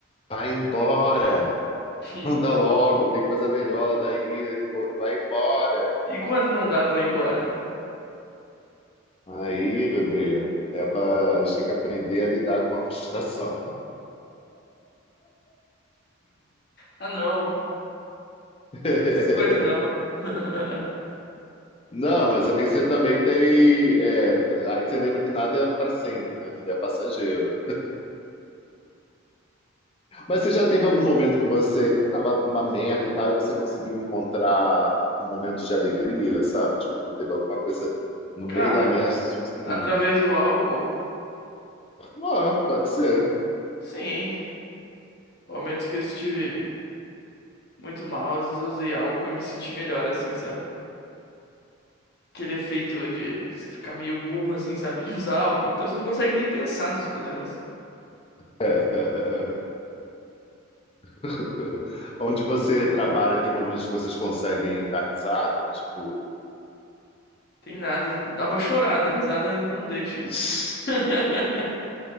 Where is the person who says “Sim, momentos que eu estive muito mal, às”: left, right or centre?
Left